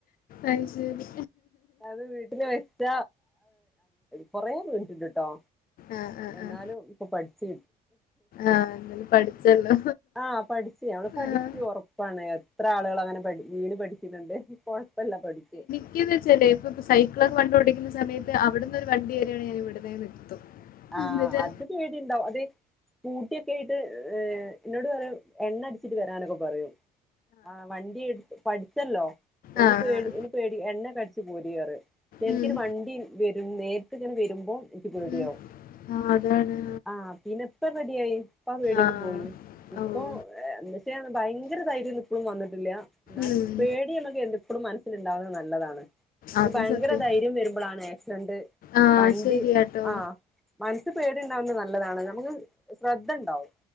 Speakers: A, on the left (about 60°); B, in the centre.
A: അഹ് ശരി.
B: അത് വീട്ടില് വെച്ച കൊറെ വീണിട്ടുണ്ട് കേട്ടോ.
A: ആഹ് ആഹ്
B: എന്നാലും
A: ആഹ്
B: ഇപ്പൊ പഠിച്ചു.
A: ആഹ് എന്തായാലും പഠിച്ചല്ലോ
B: ആഹ് പഠിച്ച് ഞങ്ങള് പഠി
A: ആഹ്
B: എനിക്ക് ഉറപ്പാണ് എത്ര ആളുകളങ്ങനെ പഠി വീണ് പഠിക്കുന്നുണ്ട് കൊഴപ്പല്ല പഠിക്കും.
A: എനിക്ക് ന്ന് വെച്ചാലെ ഇപ്പപ്പോ സൈക്കിളൊക്കെ പണ്ട് ഓടിക്കുന്ന സയത്ത് അവിടന്ന് ഒരു വണ്ടി വരിയാണ് ഞാൻ ഇവിടെന്നെ അങ്ങ് നിർത്തും.
B: ആഹ്
A: എന്നിട്ട്
B: അത് പേടിണ്ടാവും അത്. സ്കൂട്ടിയൊക്കെ ആയിട്ട് എന്നോട് പറയും എണ്ണടിച്ചിട്ട് വരാനൊക്കെ പറയും. ആഹ് വണ്ടി എടുത്ത് പഠിച്ചല്ലോ ഇനിപ്പോനി.
A: ആഹ് ആഹ് ആഹ്
B: പേടി എണ്ണ കടിച്ച് പോര്റയും എനിക്കൊരു
A: ഉം
B: വണ്ടി വരും നേരിട്ടിങ്ങനെ വരുമ്പോ. ഇനിക്ക് പേടിയാവും.
A: ഉം ആഹ് അതാണ്.
B: ആഹ് പിന്നെപ്പ റെഡിയായി. ഇപ്പാ പേടിയൊക്കെ
A: ആഹ്
B: പോയി ഇപ്പൊ
A: ഓഹ്
B: എന്നച്ചാ ഭയങ്കര ധൈര്യംന്നും ഇപ്പോഴും വന്നിട്ടില്ല. എന്നാലും
A: ഉം
B: പേടി നമ്മുക്ക് എപ്പളും മനസ്സിലുണ്ടാവുന്നത് നല്ലതാണ്.
A: അതും
B: ഈ ഭയങ്കര
A: സത്യാ
B: ധൈര്യം വരുമ്പളാണ് ആക്സിഡന്റ്
A: ആഹ്
B: വണ്ടി
A: ശരിയാട്ടോ
B: ആഹ്. മനസ്സ് പേടിണ്ടാവുന്നത് നല്ലതാണ് നമുക്ക് ശ്രദ്ധണ്ടാവും.